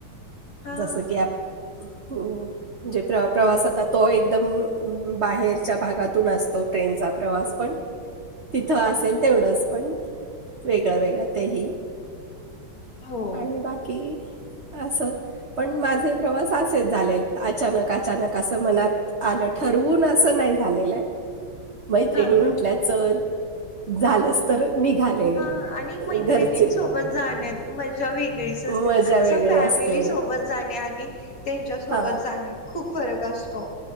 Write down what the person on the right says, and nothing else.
जसं की आप म्हणजे प्र प्रवासता तो एकदम बाहेरच्या भागातून असतो ट्रेनचा प्रवास पण तिथं असेल तेवढंच पण वेगळं वेगळं तेही
आणि बाकी असं पण माझे प्रवास असेच झाले अचानक अचानक असं मनात आलं ठरवून असं नाही झालेलं आहे मैत्रिणी
म्हटल्या
चल झालंच तर निघाले
घरचे
मजा वेगळी
असते
हा